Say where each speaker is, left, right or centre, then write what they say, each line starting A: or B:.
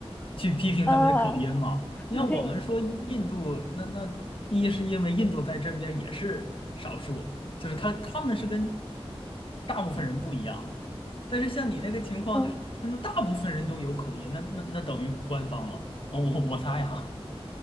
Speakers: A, on the left; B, on the left.
A: 去批评他们的口音嘛。
B: 啊，
A: 你像我们说印度，
B: 不是
A: 那那一是因为印度在这边也是少数，就是他他们是跟大部分人不一样的。但是像你那个情况，
B: 嗯，
A: 就是他们大部分人都有口音，那那那等于官方了。哦我我猜啊，